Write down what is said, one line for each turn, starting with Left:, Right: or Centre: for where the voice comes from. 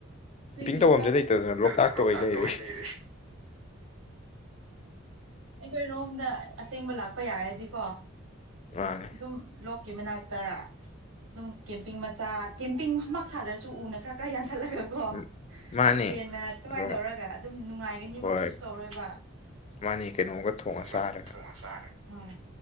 Right: ꯅꯪꯒꯤ
Left: ꯇꯧꯕꯝꯁꯦ
Right: ꯂꯣꯛꯇꯥꯛꯁꯤ
Left: ꯂꯩꯇꯗꯅ
Right: ꯂꯣꯛꯇꯥꯛꯇ
Left: ꯑꯣꯏ ꯂꯩꯔꯦ
Right: ꯑꯣꯏꯅ ꯂꯩꯁꯦ ꯑꯩꯈꯣꯏ ꯔꯣꯝꯗ ꯑꯁꯦꯡꯕ ꯂꯥꯛꯄ ꯌꯥꯔꯗꯤꯀꯣ
Left: ꯃꯥꯅꯦ
Right: ꯑꯗꯨ ꯑꯗꯨꯝ ꯂ ꯀ ꯃꯅꯥꯛꯇ ꯑꯗꯨꯝ ꯀꯦꯝꯄꯤꯡ ꯃꯆꯥ ꯀꯦꯝꯄꯤꯡ ꯁꯥꯗ꯭ꯔꯁꯨ ꯎꯅ ꯈꯔ ꯈꯔ ꯊꯠꯂꯒ ꯀꯣ
Left: ꯎꯝ ꯃꯥꯅꯦ
Right: ꯇꯦꯟꯅ ꯑꯗꯨꯃꯥꯏꯅ
Left: ꯑꯗꯨꯒ
Right: ꯇꯧꯔꯒ ꯑꯗꯨꯝ ꯅꯨꯡꯉꯥꯏꯒꯅꯤꯕ
Left: ꯍꯣꯏ
Right: ꯀꯩꯁꯨ ꯇꯧꯔꯣꯏꯕ
Left: ꯃꯥꯅꯦ ꯀꯩꯅꯣꯝꯒ ꯊꯣꯡꯑ
Right: ꯊꯣꯡꯉ
Left: ꯆꯥꯔꯒ
Right: ꯊꯣꯡꯉ ꯆꯥꯔꯦ ꯍꯣꯏ